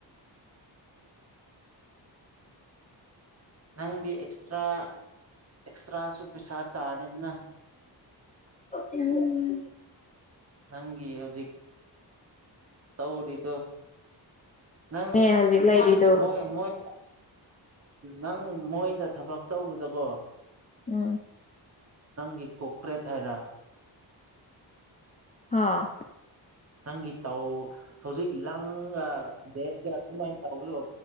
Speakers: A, on the right; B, on the left.
A: ꯅꯪꯗꯤ ꯑꯦꯛꯁꯇ꯭ꯔꯥ ꯑꯦꯛꯁꯇ꯭ꯔꯥꯁꯨ ꯄꯩꯁꯥ ꯇꯥꯅꯤꯗꯅ
B: ꯎꯝ
A: ꯍꯪꯤ ꯍꯧꯖꯤꯛ ꯇꯧꯔꯤꯗꯣ ꯅꯪ
B: ꯅꯦ ꯍꯧꯖꯤꯛ ꯂꯩꯔꯤꯗꯣ
A: ꯃꯣꯏ ꯃꯣꯏ ꯅꯪ ꯃꯣꯏꯗ ꯊꯕꯛ ꯇꯧꯕꯗꯀꯣ
B: ꯎꯝ
A: ꯅꯪꯒꯤ ꯀꯣꯀ꯭ꯔꯦꯠ ꯍꯥꯏꯔꯥ
B: ꯍꯥꯥ
A: ꯅꯪꯤ ꯇꯥꯎ ꯍꯧꯖꯤꯛ ꯏꯂꯪ ꯕꯒ ꯁꯃꯥꯏꯅ ꯇ꯭ꯔꯣ